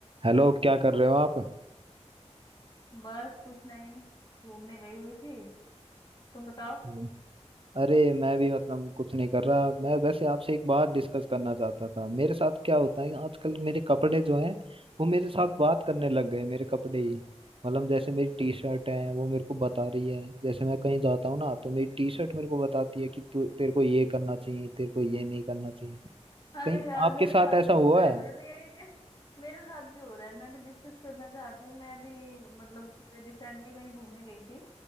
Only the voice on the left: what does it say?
बस कुछ नहीं घूमने गई हुई थी तुम बताओ
अरे
यार
मेरे
साथ
भी हो
रहा है
मैं भी यही <laughs> मेरे साथ भी हो रहा है मैं भी डिस्कस करना चाहती हूँ मैं भी मतलब रिसेंटली कहीं घूमने गई थी